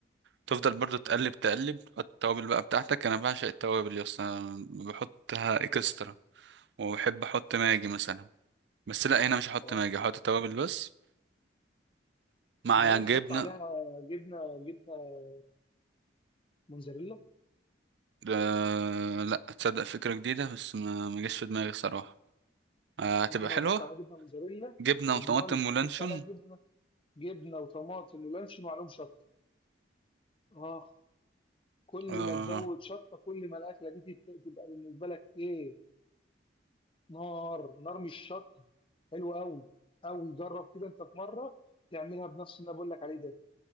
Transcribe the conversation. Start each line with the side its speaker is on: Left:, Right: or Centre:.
Right: تفضل برضو تقلب تقلب تحط التوابل بقى بتاعتك انا بعشق التوابل يا اسطى أنا بحطها اكسترا وبحب احط ماجي مثلا بس لا هنا مش هحط
Left: اه
Right: ماجي هحط توابل بس مع
Left: جربت
Right: جبنه
Left: تحط عليها جبنه جبنه موتزاريلا
Right: آه لا تصدق فكره جديده بس ما ما جاش في دماغي صراحه آه
Left: احنا
Right: هتبقى
Left: كنا
Right: حلوه
Left: بنحط عليها جبنه موتزاريلا
Right: جبنه وطماطم
Left: امال بنحط
Right: ولانشون
Left: عليها جبنه جبنه وطماطم ولانشون وعليهم شطه اخ كل
Right: اه
Left: ما تزود شطه كل ما الاكله دي تت- تبقى بالنسبه لك ايه نار نار مش شطه حلو قوي قوي جرب كده انت في مره تعملها بنفس اللي انا بقول لك عليه ده